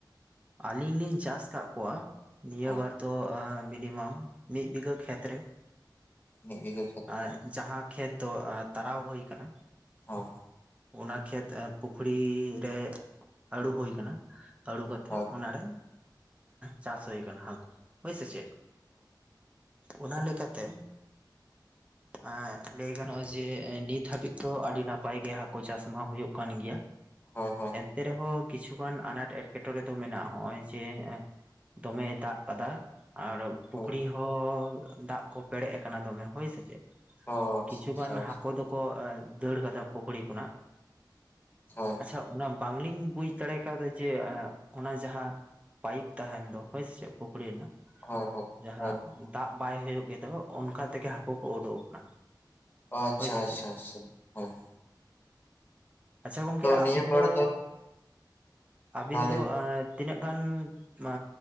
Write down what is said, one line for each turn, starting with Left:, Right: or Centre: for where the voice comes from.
Right: ᱟᱞᱤᱧ ᱞᱤᱧ ᱪᱟᱥ ᱠᱟᱜ ᱠᱚᱣᱟ ᱱᱤᱭᱟᱹ
Left: ᱦᱳᱭ
Right: ᱵᱟᱨ ᱫᱚ ᱚᱣᱻ ᱢᱤᱱᱤᱢᱚᱢ ᱢᱤᱜ ᱵᱤᱜᱷᱟᱹ ᱠᱷᱮᱛ ᱨᱮ᱾
Left: ᱢᱤᱫ ᱵᱤᱜᱷᱟᱹ ᱠᱷᱮᱛ ᱨᱮ
Right: ᱟ ᱡᱟᱦᱟᱸ ᱠᱷᱮᱛ ᱫᱚ ᱟᱸ ᱛᱟᱨᱟᱣ ᱦᱚᱭ ᱠᱟᱱᱟ
Left: ᱦᱚ᱾
Right: ᱚᱱᱟ ᱠᱷᱮᱛ ᱯᱩᱠᱷᱲᱤ ᱨᱮ ᱟᱹᱲᱩ ᱦᱩᱭ ᱠᱟᱱᱟ᱾ ᱟᱹᱲᱩ ᱠᱟᱛᱮᱜ
Left: ᱦᱳᱭ
Right: ᱚᱱᱟ ᱲᱮ ᱪᱟᱥ ᱦᱚᱭ ᱠᱟᱱᱟ ᱦᱟᱠᱩ ᱦᱳᱭ ᱥᱮ ᱪᱮᱜ᱾ ᱚᱱᱟ ᱞᱮᱠᱟ ᱛᱮ ᱮᱸᱜ ᱞᱟᱹᱭ ᱜᱟᱱᱚᱜ-ᱟ ᱡᱮ ᱮᱸ ᱱᱤᱛ ᱦᱟᱵᱤᱡ ᱫᱚ ᱟᱰᱤ ᱱᱟᱯᱟᱭ ᱜᱮ ᱦᱟᱠᱳ ᱪᱟᱥ ᱢᱟ ᱦᱚᱭᱚᱜ ᱠᱟᱱ ᱜᱮᱭᱟ᱾
Left: ᱦᱚᱭ ‌ᱦᱚᱭ᱾
Right: ᱛᱮ ᱨᱮᱦᱚᱸ ᱠᱤᱪᱷᱩ ᱜᱟᱱ ᱟᱱᱟᱴ ᱮᱸᱴᱠᱮᱴᱚᱬᱮ ᱫᱚ ᱢᱮᱱᱟᱜ-ᱟ ᱦᱚᱸᱜ-ᱚᱭ ᱡᱮ ᱮᱸ ᱫᱚᱢᱮᱭ ᱫᱟᱜ ᱠᱟᱫᱟ᱾ ᱟᱨ ᱯᱩᱠᱷᱲᱤ
Left: ᱦᱳᱭ ᱦᱳᱭ
Right: ᱦᱚᱸ ᱫᱟᱜ ᱠᱚ ᱯᱮᱲᱮᱡ ᱟᱠᱟᱱᱟ ᱫᱚᱢᱮ ᱦᱳᱭ ᱥᱮ ᱪᱮᱜ᱾
Left: ᱟᱪᱪᱷᱟ
Right: ᱠᱤᱪᱷᱩ ᱜᱟᱱ
Left: ᱟᱪᱪᱷᱟ
Right: ᱦᱟᱠᱚ ᱫᱚᱠᱚ ᱮᱸ ᱫᱟᱹᱲ ᱠᱟᱫᱟ ᱯᱩᱠᱷᱲᱤ ᱠᱷᱚᱱᱟᱜ᱾
Left: ᱦᱳᱭ᱾
Right: ᱟᱪᱪᱷᱟ ᱚᱱᱟ ᱵᱟᱝ ᱞᱤᱧ ᱵᱩᱡᱽ ᱫᱟᱲᱮᱣ ᱠᱟᱣᱫᱟ ᱡᱮ ᱚᱱᱟ ᱡᱟᱦᱟᱸ ᱯᱟᱭᱤᱯ ᱛᱟᱦᱮᱱ ᱫᱚ ᱦᱚᱭ ᱥᱮ ᱪᱮᱜ ᱯᱩᱠᱷᱲᱤ ᱨᱮᱱᱟᱜ
Left: ᱦᱳᱭ ᱦᱳᱭ
Right: ᱡᱟᱦᱟᱸ
Left: ᱦᱳᱭ
Right: ᱫᱟᱜ ᱵᱟᱭ ᱦᱩᱭᱩᱜ ᱜᱮᱫᱚ ᱚᱱᱠᱟ ᱛᱮᱜᱮ ᱦᱟᱠᱚ ᱠᱚ ᱚᱰᱚᱜ ᱟᱠᱟᱱᱟ᱾
Left: ᱟᱪᱪᱷᱟ
Right: ᱦᱳᱭ ᱥᱮ
Left: ᱟᱪᱪᱷᱟ
Right: ᱪᱮᱫ
Left: ᱟᱪᱪᱷᱟ ᱦᱚᱭ᱾
Right: ᱟᱪᱪᱷᱟ ᱜᱚᱝᱠᱮ ᱟᱵᱤᱱ
Left: ᱱᱤᱭᱟᱹ ᱵᱟᱨ
Right: ᱫᱚ ᱟᱵᱤᱱ
Left: ᱢᱟ
Right: ᱫᱚ
Left: ᱞᱟᱹᱭ
Right: ᱮᱸᱻ ᱛᱤᱱᱟᱹᱜ ᱜᱟᱱ ᱢᱟ‌